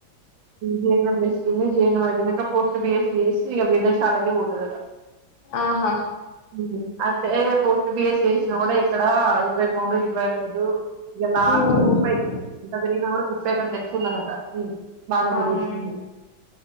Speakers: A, on the right; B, on the left.
A: జి ఎన్ ఎం చేస్తుంది. జిఎన్ఎం అయితున్నాక పోస్ట్ బిఎస్సి చేసి ఇక విదేశాలకే పోతదట.
B: ఆహా
A: ఉమ్, అయితే పోస్ట్ బి ఎస్సీ చేసిన కూడా ఇక్కడ ఇరవై మూడు ఇరవై ఐదు ఇగ లాస్ట్
B: ఉమ్,
A: ముప్పై అంత పెరిగిన కూడా ముప్ తేకుంటే ఎక్కువున్నదట హ్మ్ భారతదేశం
B: అవును